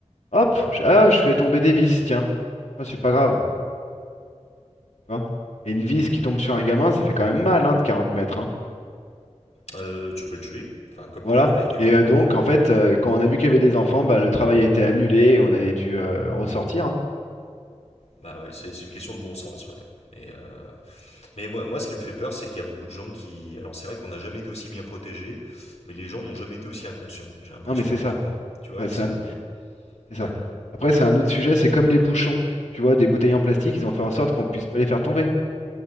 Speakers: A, on the left (about 80°); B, on the left (about 70°).
A: Hop, je, ah, je fais tomber des vis, tiens. Ah, c'est pas grave, tu vois. Et une vis
B: Hmm.
A: qui tombe sur un gamin, ça fait quand même mal, hein, de 40 mètres, hein.
B: Euh, tu peux le tuer, enfin comme
A: Voilà.
B: ton collègue. euh,
A: Et euh, donc, en fait, euh, quand on a vu qu'il y avait des enfants, bah, le travail a été annulé et on avait dû euh, ressortir. hein.
B: bah ouais, c'est c'est une question de bon sens, ouais. Et, euh, mais moi, moi, ce qui me fait peur, c'est qu'il y a beaucoup de gens qui. Alors, c'est vrai qu'on n'a jamais été aussi bien protégés, mais les gens n'ont jamais été aussi inconscients, j'ai l'impression,
A: Non, mais c'est
B: quelque
A: ça.
B: part. Tu vois,
A: Enfin,
B: ils
A: c'est
B: sont.
A: un- c'est
B: Ouais,
A: ça. Après, c'est un autre sujet, c'est comme les bouchons. Tu vois, des bouteilles en plastique, ils ont fait en sorte qu'on puisse pas les faire tomber.